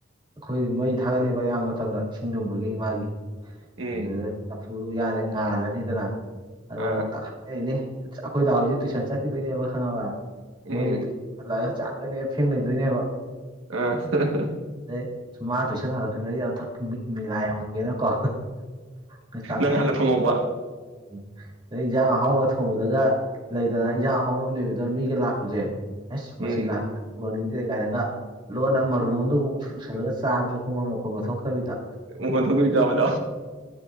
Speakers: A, on the right; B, on the right.
A: ꯑꯩꯈꯣꯏ ꯃꯩ ꯊꯥꯒꯠꯂꯛꯑꯦꯕ ꯑꯌꯥꯝꯕ ꯃꯇꯝꯗ ꯏꯁꯤꯡꯂꯨꯝꯕꯒꯤ ꯏꯃꯥꯒꯤ
B: ꯎꯝ
A: ꯑꯗꯨꯗ ꯆꯐꯨꯗꯨ ꯌꯥꯗꯦ ꯉꯥꯜꯂꯅꯤꯗꯅ ꯑꯗꯨꯒ
B: ꯑ
A: ꯑꯩꯅꯦ ꯑꯩꯈꯣꯏ ꯗꯥ ꯍꯣꯏꯁꯦ ꯇꯨꯏꯁꯟ ꯆꯠꯈꯤꯗꯣꯏꯅꯦꯕ ꯈꯪꯉꯕ
B: ꯎꯝ
A: ꯃꯣꯏꯁꯦ ꯂ ꯆꯥꯗꯣꯏꯅꯦꯕ ꯐꯦꯡ ꯂꯩꯗꯣꯏꯅꯦꯕ
B: ꯑ
A: ꯑꯗ ꯃꯥ ꯇꯨꯏꯁꯟ ꯍꯜꯂꯛꯇ꯭ꯔꯤꯉꯩꯒꯤ ꯑꯊꯛ ꯃꯤꯂꯥꯏ ꯍꯧꯒꯦꯅꯀꯣ ꯐꯁ ꯇꯥꯗ
B: ꯅꯪ ꯍꯥꯟꯅ ꯐꯪꯍꯧꯕ
A: ꯎꯝ ꯑꯗꯩ ꯏꯟꯖꯥꯡ ꯑꯍꯥꯎꯕ ꯊꯣꯡꯕꯗꯒ ꯂꯩꯗꯅ ꯏꯟꯖꯥꯡ ꯑꯍꯥꯎꯕ ꯑꯃ ꯂꯩꯕꯗ ꯃꯤꯒ ꯂꯥꯛꯄꯖꯦ ꯑꯁ ꯃꯁꯤ
B: ꯎꯝ
A: ꯂꯥꯛꯀꯗꯤ ꯎꯅꯤꯡꯗ꯭ꯔꯦ ꯀꯥꯏꯅꯒ ꯂꯣꯟꯅ ꯃꯔꯨꯝꯒ ꯄꯨꯁꯜꯂꯒ ꯆꯥꯕꯁꯨ ꯈꯣꯡꯉꯣꯔ ꯃꯈꯣꯡꯒ ꯊꯣꯛꯣꯛꯇꯕꯤꯗ
B: ꯎꯃꯣꯟꯊꯗꯕꯤ ꯆꯥꯕꯗꯣ